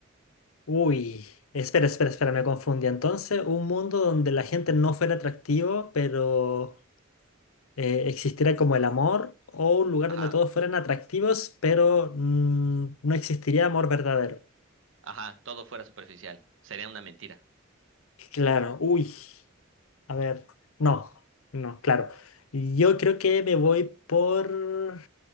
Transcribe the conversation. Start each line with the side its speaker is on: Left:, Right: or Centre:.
Left: uy. Espera, espera, espera, me confundí. Entonces, un mundo donde la gente no fuera atractivo, pero eh, existiera como el amor o un lugar
Right: Ajá,
Left: donde todos fueran atractivos, pero mm, no existiría amor verdadero.
Right: ajá, todo fuera superficial. Sería una mentira.
Left: Claro, uy, a ver, no, no, claro. Yo creo que me voy por,